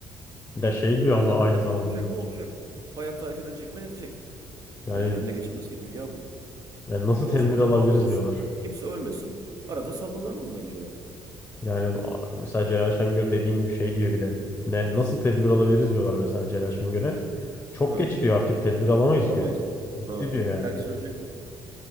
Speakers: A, on the left; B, on the right.
A: Ya şey diyor
B: Ya
A: ama
B: zaten
A: aynı
B: deprem
A: zamanda
B: olacak
A: da.
B: mı olacak. Fay hattı hareket edecek mi edecek.
A: Yani,
B: Ya bunun önüne geçemez ki dünya bu.
A: yani nasıl
B: E o
A: tedbir
B: zaman hep
A: alabiliriz
B: altı olsun.
A: diyorlar.
B: Kimse ölmesin. Arada sallanalım bence yani.
A: Yani a- mesela Celal Şengör dediğin gibi şey diyor bir de. Ne, nasıl tedbir alabiliriz diyorlar mesela Celal Şengör'e. Çok
B: Hı.
A: geç diyor artık tedbir alamayız
B: Alamayız
A: diyor.
B: diyor.
A: Bitti
B: Ha.
A: diyor yani.
B: Herkes ölecek diyor.